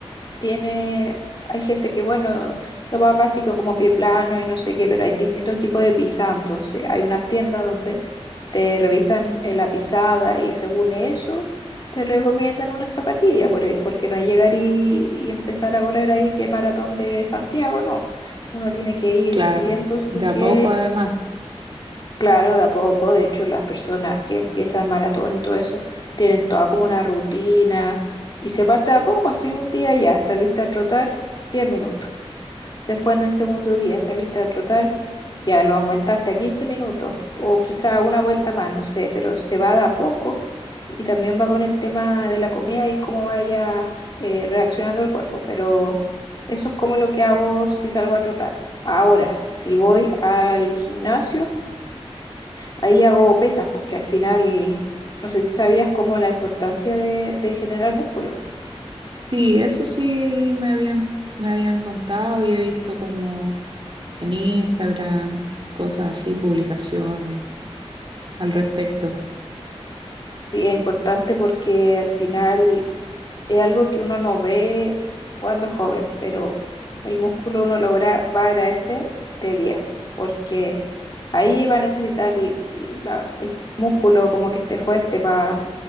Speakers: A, on the left (about 40°); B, on the right (about 50°).
A: tiene, hay gente que, bueno, lo más básico como pie plano y no sé qué, pero hay distintos tipos de pisada, entonces hay unas tiendas donde te revisan eh, la pisada y según eso te recomiendan una zapatilla, por e- porque no es llegar y, y empezar a correr ahí que maratón de Santiago, no, uno tiene que ir
B: Claro,
A: viendo su
B: de a
A: pie.
B: poco además.
A: Claro, de a poco, de hecho, las personas que empiezan maratón y todo eso tienen toda como una rutina y se parte de a poco, así un día ya saliste a trotar 10 minutos, después en el segundo día saliste a trotar, ya lo aumentaste a 15 minutos o quizá una vuelta más, no sé, pero se va de a poco y también va con el tema de la comida y cómo vaya eh, reaccionando el cuerpo, pero eso es como lo que hago si salgo a trotar. Ahora, si voy al gimnasio. Ahí hago pesas, porque al final, no sé si sabías como la importancia de, de generar músculo.
B: Sí, eso sí me habían, me habían contado y he visto como en Instagram, cosas así, publicaciones al respecto.
A: Sí, es importante porque al final es algo que uno no ve cuando es joven, pero el músculo uno logra, va a agradecer de viejo, porque ahí va a necesitar el, la- el músculo como que esté fuerte para